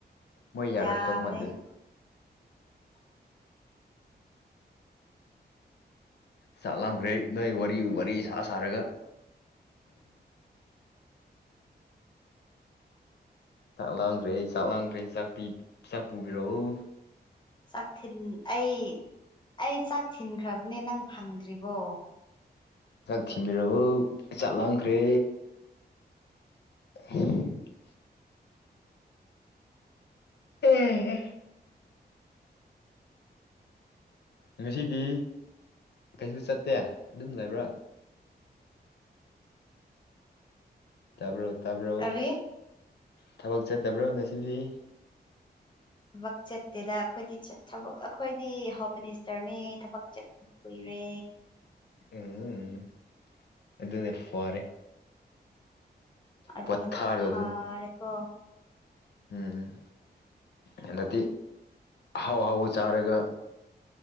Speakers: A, on the left (about 75°); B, on the left (about 25°).
A: ꯃꯣꯏ ꯌꯥꯔꯛꯇꯧ
B: ꯌꯥꯕꯅꯦ
A: ꯃꯥꯟꯗꯦꯗ ꯆꯥꯛꯂꯝꯈ꯭ꯔꯦ ꯅꯣꯏ ꯋꯥꯔꯤ ꯋꯥꯔꯤ ꯁꯥ ꯁꯥꯔꯒ ꯆꯥꯛ ꯂꯥꯡꯈ꯭ꯔꯦ ꯆꯥꯛ ꯂꯥꯡꯈ꯭ꯔꯦ ꯆꯥꯛ ꯆꯥꯛ ꯄꯨꯕꯤꯔꯛꯎ
B: ꯆꯥꯛ ꯊꯤꯟ ꯑꯩ ꯑꯩ ꯆꯥꯛ ꯊꯤꯟꯈ꯭ꯔꯕꯅꯦ ꯅꯪ ꯐꯪꯗ꯭ꯔꯤꯕꯣ
A: ꯆꯥꯛ ꯊꯤꯕꯤꯔꯑꯣ ꯆꯥꯛ ꯂꯥꯝꯈ꯭ꯔꯦ <unintelligible> ꯎꯝ ꯉꯁꯤꯗꯤ ꯀꯩꯁꯨ ꯆꯠꯇꯦ ꯑꯗꯨꯝ ꯂꯩꯕ꯭ꯔꯣ ꯇꯥꯕ꯭ꯔꯣ ꯇꯥꯕ꯭ꯔꯣ
B: ꯀꯔꯤ
A: ꯊꯕꯛ ꯆꯠꯇꯕ꯭ꯔꯣ ꯉꯁꯤꯗꯤ
B: ꯊꯕꯛ ꯆꯠꯇꯦꯗ ꯑꯩꯈꯣꯏꯗꯤ ꯑꯩꯈꯣꯏꯗꯤ ꯍꯣꯝ ꯃꯤꯅꯤꯁꯇꯔꯅꯦ ꯊꯕꯛ ꯀꯨꯏꯔꯦ
A: ꯎꯝ ꯑꯗꯨꯅꯦ ꯐꯔꯦ
B: ꯑꯗꯨꯅ
A: ꯄꯣꯊꯥꯔꯣ
B: ꯐꯥꯔꯦꯀꯣ
A: ꯎꯝ ꯎꯝ ꯍꯟꯗꯛꯇꯤ ꯑꯍꯥꯎ ꯍꯥꯎꯕ ꯆꯥꯔꯒ